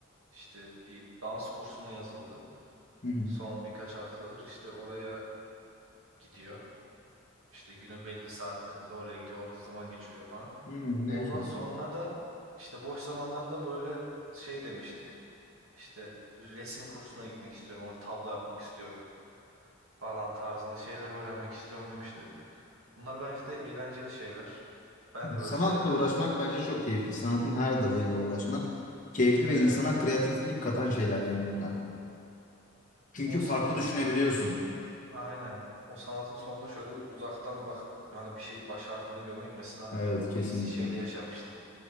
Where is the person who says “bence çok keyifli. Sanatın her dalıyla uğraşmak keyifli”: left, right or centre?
Left